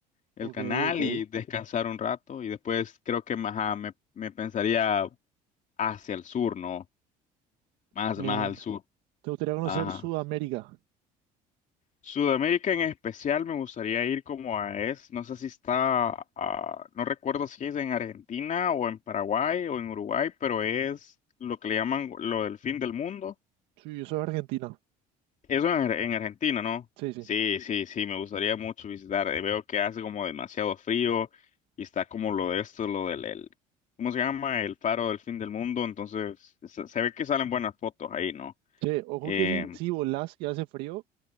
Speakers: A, on the left; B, on the right.
A: el
B: ok,
A: canal
B: ok.
A: y descansar un rato. Y después creo que, ajá, me, me pensaría hacia el sur, ¿no? Más,
B: Bien.
A: más al sur.
B: ¿Te gustaría conocer
A: Ajá.
B: Sudamérica?
A: Sudamérica en especial me gustaría ir como a es, no sé si está, ah, no recuerdo si es en Argentina o en Paraguay o en Uruguay, pero es lo que le llaman lo del fin del mundo.
B: Sí, eso es Argentina.
A: Eso en, Ar- en Argentina, ¿no?
B: Sí, sí.
A: Sí, sí, sí, me gustaría mucho visitar. Eh, Veo que hace como demasiado frío y está como lo de esto, lo del, el, ¿cómo se llama? El faro del fin del mundo, entonces se, se ve que salen buenas fotos ahí, ¿no?
B: Che, ojo
A: Eh,
B: que si, si volás y hace frío.